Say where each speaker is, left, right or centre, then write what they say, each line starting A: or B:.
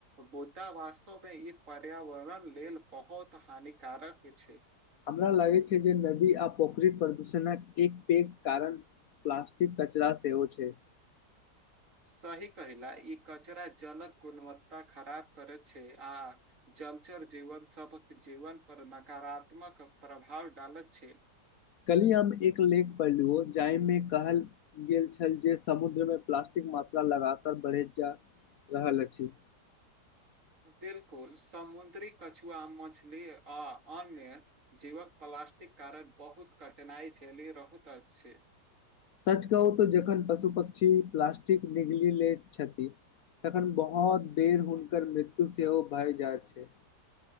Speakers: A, on the right (about 45°); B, on the left (about 65°).
A: बोदा वास्तवमे ई पर्यावरण लेल बहुत हानिकारक छैय।
B: हमरा लागय छैय जे नदी आ पोखरी प्रदूषणक एक पैघ कारण प्लास्टिक कचरा सेहो छैय।
A: सही कहिईला ई कचरा जलक गुलवत्ता खराब करैत छैय आ चलचर जीवन सभक जीवन पर नकारात्मक प्रभाव डालैत छैय।
B: कलियम एक लेख पर लुहो जाहिमे कहल गेल छल जे समुद्रमे प्लास्टिक मात्रा लगातार बढ़ैत जा रहल अछि।
A: बिलकुल समुद्री कछुआ मछली आ अन्य जीवक फला प्लास्टिक कारण बहुत कटनााइ झेलि रहत अछि।
B: सच कहू त जखन पशु पक्षी प्लास्टिक निगली लौत छथि तखन बहुत बेर हुनकर मृत्यु सेहो भय जाइत छैय।